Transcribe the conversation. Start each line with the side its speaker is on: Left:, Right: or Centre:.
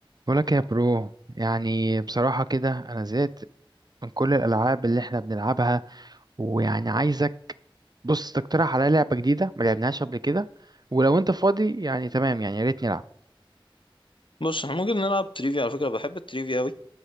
Right: بقولك يا برو يعني بصراحة كده أنا زهقت من كل الألعاب اللي إحنا بنلعبها ويعني عايزك بص تقترح عليا لعبة جديدة ما لعبناهاش قبل كده ولو أنت فاضي يعني تمام يعني يا ريت نلعب
Left: بص احنا ممكن نلعب تريفيا على فكرة بحب التريفيا أوي